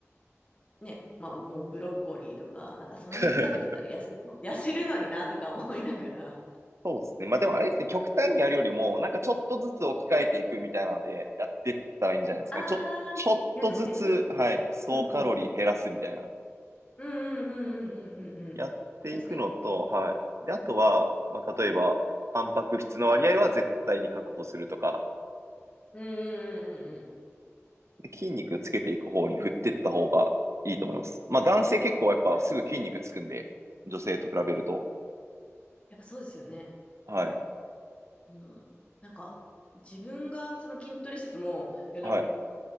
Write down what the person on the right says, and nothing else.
<laughs>
そうですね。まあでもあれですね、極端にやるよりも、なんかちょっとずつ置き換えていくみたいなので、やってったらいいんじゃないですかね。
ちょ、ちょっとずつ、
はい、総カロリー減らすみたいな。
やっていくのと、
はい。で、あとは、まあ、例えば、タンパク質の割合は絶対に確保するとか、
で筋肉つけていく方に振っていった方がいいと思います。まあ、男性結構やっぱすぐ筋肉つくんで、
女性と比べると。
はい。
はい。